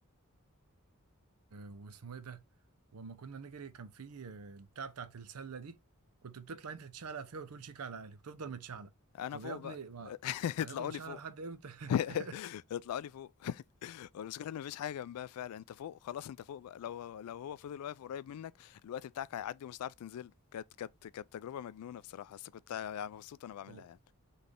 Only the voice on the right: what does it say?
آه، واسمه ايه ده واما كنا نجري كان في آه، البتاع بتاعت السله دي كنت بتطلع انت تتشعلق فيها وتقول شيك على عالي وتفضل متشعلق
طب
يا ابني
ما
هتفضل
متشعلق
لحد امتى
<laughs>
و-